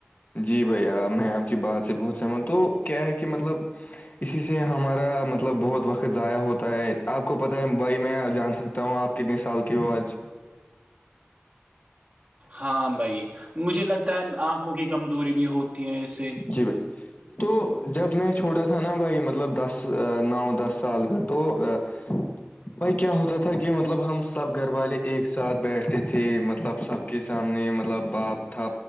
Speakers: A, on the left; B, on the right.
A: جی بھائی میں آپ کی بات سے بہت سہمت تو کیا ہے کہ مطلب اسی سے ہمارا مطلب بہت وقت ضائع ہوتا ہے آپ کو پتاہ ہے بھائی میں جان سکتا ہوں آپ کتنے سال کی ہو آج
B: ہاں بھائی مجھے لگتا ہے آنکھوں کی کمزوری بھی ہوتی ہے اس سے
A: جی ب <inaudible> تو جب میں چھوٹا تھا نا بھائی مطلب دس نو دس سال کا تو ہاں <inaudible> بھائی کیا ہوتا تھا کہ مطلب ہم سب گھر والے ایک ساتھ بیٹھتے تھے مطلب سب کے سامنے مطلب باپ تھا